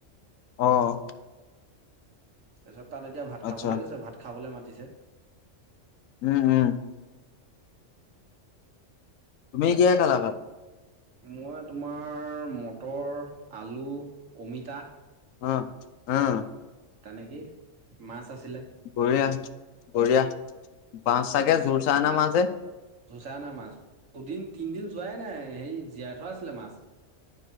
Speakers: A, on the left; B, on the right.
A: অঁ'।
B: তাৰ পিছত তাত এতিয়া ভাত খাবলে
A: আচ্ছা
B: গৈছে ভাত খাবলে মাতিছে।
A: উম, উম। তুমি কিহেৰে
B: মই
A: খালা
B: যাব
A: ভাত?
B: মই তোমাৰ মটৰ আলু অমিতা
A: অ', আহ।
B: তানেকেই মাছ আছিলে
A: বঢ়িয়া বঢ়িয়া বাছ চাগে জোৰ চাই অনা মাছ হে।
B: জোৰ চাই অনা মাছ দুদিন তিনদিন যোৱাই নাই সেই জীয়াত ধৰ আছিলে মাছ।